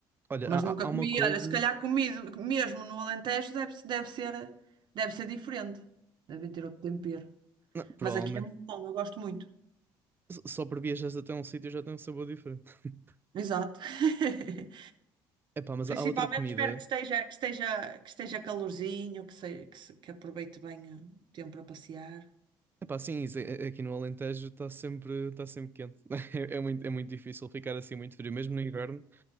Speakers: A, on the right; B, on the right.
A: Olha, há,
B: Mas nunca
A: há há
B: comi,
A: uma coisa.
B: olha, se calhar comido mesmo no Alentejo deve, deve ser, deve ser diferente. Devem ter outro tempero.
A: Não, provavelmente.
B: Mas aqui é muito bom, eu gosto muito.
A: S- Só por viajar até um sítio já tem um sabor diferente. <laughs>
B: Exato. <laughs>
A: Epá, mas
B: Principalmente
A: há outra comida.
B: espero que esteja, que esteja, que esteja calorzinho, que, se, que, se- que aproveite bem eh, o tempo para passear.
A: Epá, sim, isso, a- a- aqui no Alentejo está sempre, tá sempre quente. <laughs> É, é muito, é muito difícil ficar assim muito frio, mesmo no inverno.